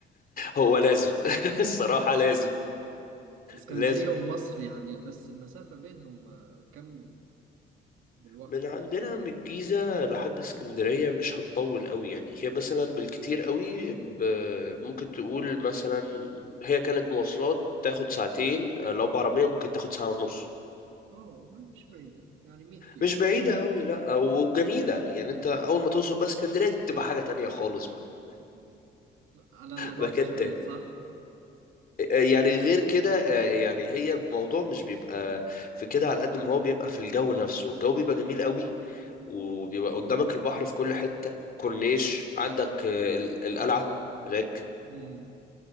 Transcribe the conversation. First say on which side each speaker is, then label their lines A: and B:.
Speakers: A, on the left (about 45°); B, on the right (about 85°).
A: هو لازم <laughs> الصراحه لازم
B: اسكندرية
A: لازم
B: ومصر يعني بس المسافة بينهم آه، كم بالوقت
A: من عندنا من الجيزة لحد اسكندرية مش هتطول قوي يعني هي مثلا بالكتير قوي ب... ممكن تقول مثلا هي كانت مواصلات تاخد ساعتين لو بعربية ممكن تاخد ساعة ونص
B: أوه ما- مش بعيدة يعني 100 كيلو
A: مش بعيدة قوي لا وجميلة يعني انت اول ما توصل بقى اسكندرية دي بتبقى حاجة تانية خالص بقى
B: مم. على نظافة
A: مكان
B: شوية
A: تاني
B: صح؟
A: يعني غير كده آه، يعني هي الموضوع مش بيبقى في كده على قد ما هو بيبقى في الجو نفسه الجو بيبقى جميل قوي وبيبقى قدامك البحر في كل حتة كورنيش عندك آه، ال- القلعة هناك
B: مم.